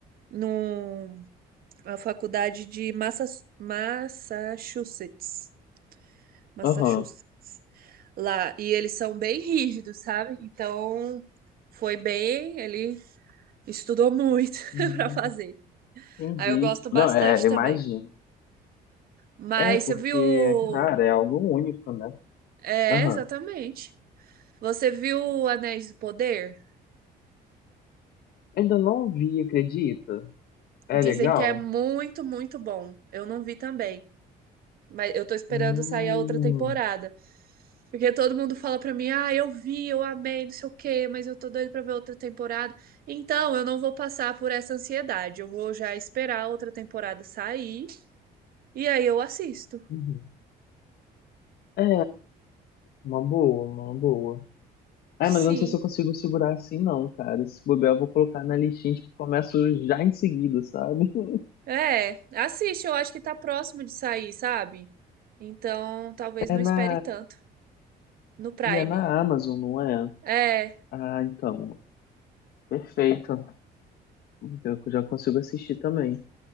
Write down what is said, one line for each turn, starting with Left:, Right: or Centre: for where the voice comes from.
Right: numa faculdade de Massa, Massachusetts, Massachusetts,
Left: Aham.
Right: lá. E eles são bem rígidos, sabe? Então foi bem, ele estudou muito <laughs>
Left: Hum,
Right: para fazer.
Left: Entendi.
Right: Aí eu gosto bastante
Left: Não, é, imagino.
Right: também. Mas
Left: É, porque,
Right: você viu
Left: cara, é algo único, né?
Right: É,
Left: Aham.
Right: exatamente. Você viu Anéis do Poder?
Left: Ainda não vi, acredita? É
Right: Dizem
Left: legal?
Right: que é muito, muito bom. Eu não vi também. Mas eu tô esperando
Left: Hum.
Right: sair a outra temporada. Porque todo mundo fala pra mim, ah, eu vi, eu amei, não sei o quê, mas eu tô doido pra ver outra temporada. Então, eu não vou passar por essa ansiedade. Eu vou já esperar a outra temporada sair e aí eu assisto.
Left: uhum. É, uma boa, uma boa. É,
Right: Sim.
Left: mas eu não sei se eu consigo segurar assim, não, cara. Se bobear, eu vou colocar na listinha, tipo, começo já em seguida, sabe? <laughs>
Right: É, assiste, eu acho que tá próximo de sair, sabe? Então, talvez não
Left: É
Right: espere
Left: na.
Right: tanto no Prime.
Left: E é na Amazon, não é?
Right: É.
Left: Ah, então. Perfeito. Então eu já consigo assistir também.